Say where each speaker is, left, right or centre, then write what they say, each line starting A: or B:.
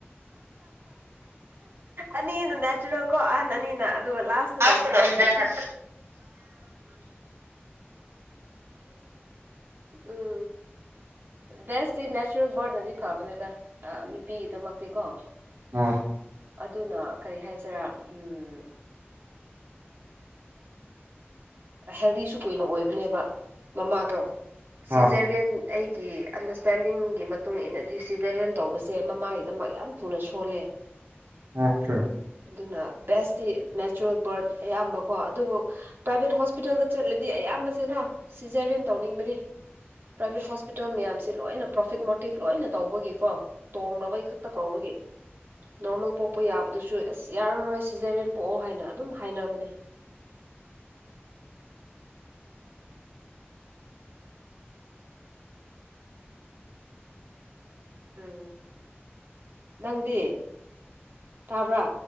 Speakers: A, on the right (about 55°); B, on the right (about 80°).
A: ꯑꯅꯤꯅ ꯅꯦꯆꯔꯦꯜ ꯀꯣ ꯑꯍꯟ ꯑꯅꯤꯅ ꯑꯗꯨꯒ ꯂꯥꯁꯇꯅ
B: ꯑꯁꯗꯣꯁꯤꯗ
A: ꯁꯤꯖꯔꯤꯌꯟ
B: ꯅ
A: ꯎꯝ ꯕꯦꯁꯇꯤ ꯅꯦꯆꯔꯦꯜ ꯕꯣꯔꯅꯗꯤ ꯐꯕꯅꯦꯗ ꯅꯨꯄꯤꯒꯤꯗꯃꯛꯇꯤ ꯀꯣ
B: ꯑꯣ
A: ꯑꯗꯨꯅ ꯀꯔꯤ ꯍꯥꯏꯁꯤꯔꯥ ꯎꯝ ꯍꯦꯜꯗꯤꯁꯨ ꯀꯨꯏꯅ ꯑꯣꯏ ꯅꯦꯕ ꯃꯃꯥꯗꯣ
B: ꯑꯥ
A: ꯁꯤꯖꯔꯤꯌꯟ ꯑꯩꯒꯤ ꯑꯟꯗꯔꯁꯇꯦꯟꯗꯤꯡꯒꯤ ꯃꯇꯨꯡ ꯏ ꯃꯇꯨꯡꯏꯟꯅꯗꯤ ꯁꯤꯗꯔꯦꯟ ꯇꯧꯕꯁꯦ ꯃꯃꯥꯒꯤꯗꯃꯛ ꯌꯥꯝ ꯊꯨꯅ ꯁꯣꯜꯂꯦ
B: ꯑꯣꯆꯥꯦ
A: ꯑꯗꯨꯅ ꯕꯦꯁꯇꯤ ꯅꯦꯆꯔꯦꯜ ꯕꯔꯠ ꯑꯌꯥꯝꯕ ꯀꯣ ꯑꯗꯨꯕꯨ ꯄ꯭ꯔꯥꯏꯚꯦꯠ ꯍꯣꯁꯄꯤꯇꯥꯜꯗ ꯆꯠꯂꯗꯤ ꯑꯌꯥꯝꯕ ꯣ ꯁꯤꯖꯔꯦꯟ ꯇꯧꯅꯤꯡꯕꯅꯦ ꯄ꯭ꯔꯥꯏꯚꯦꯠ ꯍꯣꯁꯄꯤꯇꯥꯜ ꯃꯌꯥꯝꯁꯤ ꯂꯣꯏꯅ ꯄ꯭ꯔꯣꯐꯤꯠ ꯃꯣꯇꯤꯚ ꯂꯣꯏꯅ ꯇꯧꯕꯒꯤꯀꯣ ꯇꯣꯡꯂꯅꯕꯩ ꯈꯛꯇ ꯀꯧꯕꯒꯤ ꯀ ꯅꯣꯔꯃꯦꯜ ꯄꯣꯛꯄ ꯌꯥꯕꯗꯨꯁꯨ ꯑꯁ ꯌꯥꯔꯔꯣꯏ ꯁꯤꯖꯔꯦꯟ ꯄꯣꯛꯑꯣ ꯍꯥꯏꯅ ꯑꯗꯨꯝ ꯍꯥꯏꯅꯕꯅꯦ
B: ꯑ
A: ꯎꯝ ꯅꯪꯗꯤ ꯇꯥꯕ꯭ꯔꯥ